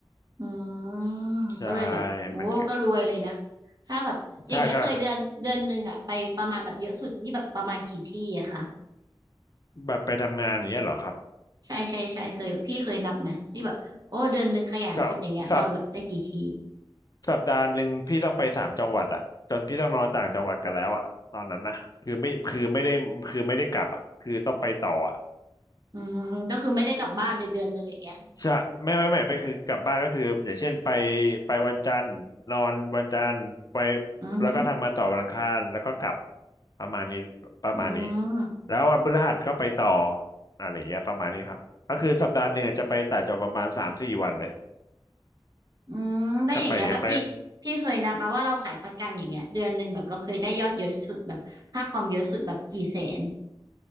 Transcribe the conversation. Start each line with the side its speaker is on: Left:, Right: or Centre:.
Right: อืมก็เลยแบบโอ้ก็รวยเลยนะ
Left: ใช่มันก็
Right: ถ้าแบบอย่างเงี้ยเคยเดือนเดือนหนึ่งอะไปประมาณแบบเยอะสุดนี่แบบประมาณกี่ที่อะคะ
Left: ใช่ก็แบบไปทำงานอย่างเงี้ยเหรอครับ
Right: ใช่ใช่ใช่เคยพี่เคยนับไหมที่แบบโอ้เดือนหนึ่งขยันสุดอย่างเงี้ยเราแบบได้กี่ที่
Left: สัปสัปสัปดาห์หนึ่งพี่ต้องไปสามจังหวัดอะจนพี่ต้องนอนต่างจังหวัดกันแล้วอะตอนนั้นนะคือไม่คือไม่ได้คือไม่ได้กลับอะคือต้องไปต่ออะ
Right: อืมก็คือไม่ได้กลับบ้านเลยเดือนหนึ่งอย่างเงี้ย
Left: ใช่ไม่ไม่ไม่ไม่คือกลับบ้านก็คืออย่างเช่นไปไปวันจันทร์นอนวันจันทร์ไป
Right: อือฮึ
Left: แล้วก็ทำงานต่อวันอังคารแล้วก็กลับประมาณนี้ประมาณนี้
Right: อืม
Left: แล้ววันพฤหัสก็ไปต่ออะไรอย่างเงี้ยประมาณนี้ครับก็คือสัปดาห์หนึ่งจะไปต่างจังหวัดประมาณสามสี่วันเลย
Right: อืมได้วอย่างเงี้ยแบบพี่พี่เคยนับมาว่าเราขายประกันอย่างเงี้ยเดือนหนึ่งแบบเราเคยได้ยอดเยอะสุดแบบค่าคอมเยอะสุดแบบกี่แสน
Left: ก็ไปไป